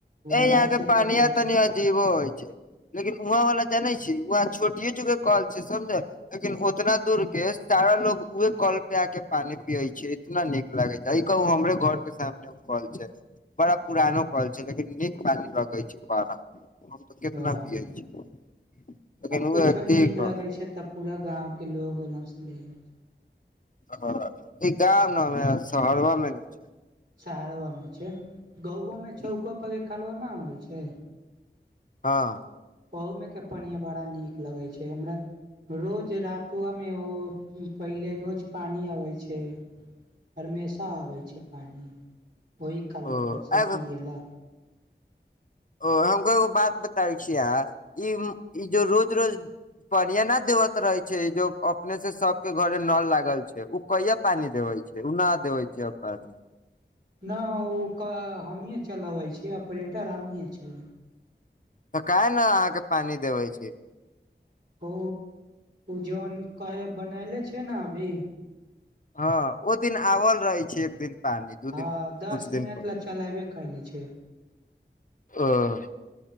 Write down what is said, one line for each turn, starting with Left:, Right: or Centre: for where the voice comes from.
Right: अढ़ाइ
Left: यहाँकेँ
Right: सए
Left: पानिया
Right: फीट होइ छै
Left: तनि अजीबो होइ छैय। लेकिन वहा वाला जानै छिय वहा छोटिये चुके कल छै लय समझ लेकिन ओतना दुर के सारा लोग उए कल पे आ के पानी पिये छै इतना निक लागे छै ई कह हमरे घर के सामने कल छै बड़ा पुरानो कल छै लेकिन नीक पानी लगै छैय बारा त केतना
Right: हँ
Left: पियै छैय लेकिन
Right: कुछो
Left: उह की
Right: नीक
Left: कह
Right: लगै छै तऽ पूरा गावके लोग ओल्सँ लै जाइ छैय।
Left: ह गाम नेमे शहर मे ने।
Right: शहरबा मे छैय गा ओमे
Left: छै
Right: चौको पररके कलबा नहि होइ छैय
Left: ह
Right: ओहमे के पढ़आ बड़ा नीक लगैत छैय हमरा। रोज रातवा मे ओ पहिले रोज पानि अबै छैय। हरमेशा आबे छैय पानि ओहि काल
Left: ओ
Right: पर से
Left: एगो
Right: पियए ला
Left: ओ हमको एगो बात बताै छीय ई जो रोज रोज पनिया न देवत रहे छैय जो अपने से सभके घरे नल लागल छैय। कहिया पानी देवे छैय उ नहि देवे छैय अब पानी।
Right: ओ के हमी चलाबै छीय ऑपरेटर हमी छी।
Left: काहे नहि अहाँकेँ पानी देबे छी।
Right: ओ जन कहे बनले छै ने अभी
Left: ह ओ दिन आबल रहै छैय एक दिन। पानी दू
Right: हैं
Left: दिन
Right: दस
Left: कुछ
Right: मिनट
Left: दिन पर
Right: लए चलेबे कले छिय।
Left: ओ